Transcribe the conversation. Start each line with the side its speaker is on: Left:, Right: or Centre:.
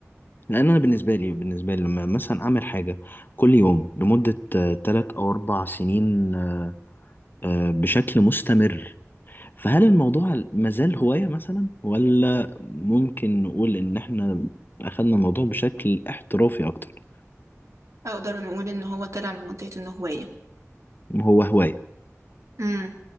Left: لان انا بالنسبه لي بالنسبه لي لما مثلا اعمل حاجه كل يوم لمده ثلاث او اربع سنين آه، بشكل مستمر فهل الموضوع مازال هوايه مثلا ولا ممكن نقول ان احنا اخذنا الموضوع بشكل احترافي اكتر
Right: أقدر نقول إن هو طلع من منطقة إنه هواية
Left: هو هوايه
Right: امم